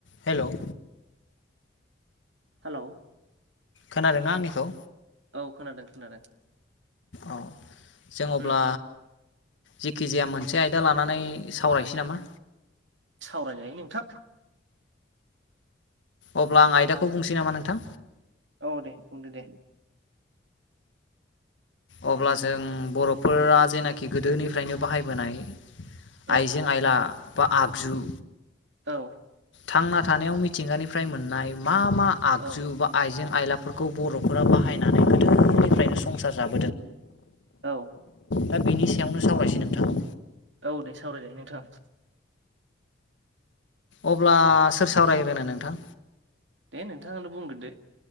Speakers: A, on the left; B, on the right.
A: Hello
B: hello
A: खोनादोंना आंनिखौ
B: औ खोनादों खोनादों
A: औ जों अब्ला
B: उम
A: जिखिजाया मोनसे आयदा लानानै सावरायसै नामा
B: सावरायजायो नोंथां
A: अब्ला आं आयदाखौ बुंसै नामा नोंथां
B: अ दे बुंदो दे
A: अब्ला जों बर'फोरा जेनाखि गोदोनिफ्रायनो बाहायबोनाय
B: औ
A: आइजें आइला बा आगजु
B: औ
A: थांना थानायाव मिथिंगानिफ्राय मोननाय मा मा आगजु
B: औ
A: बा आइजें आइलाफोरखौ बर'फोरा बाहायनानै गोदोनिफ्रायनो संसार जाब
B: औ
A: दा बेनि सायावनो सावरायसै नोंथां
B: औ दे सावरायजायो नोंथां
A: अब्ला सोर सावरायग्रोनो नोंथां
B: दे नोंथांनो बुंग्रोदो